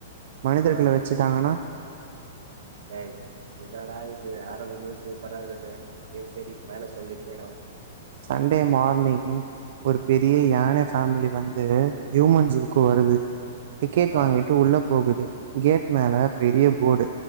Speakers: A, on the right (about 50°); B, on the right (about 80°).
A: மனிதர்கள
B: ஆஹ்
A: வச்சுட்டாங்கன்னா
B: ஏய் என்னாடா இ து ஆரம்பமே சூப்பரா இருக்குது செரி செரி மேல சொல்லு கேக்கலாம்
A: சண்டே மார்னிங் ஒரு பெரிய
B: ஆ
A: யானை ஃபேமிலி வந்து ஹியூமன் ஜூக்கு வருது டிக்கெட்
B: ஆ
A: வாங்கிட்டு உள்ள போகுது கேட் மேல
B: ம்.
A: பெரிய போர்டு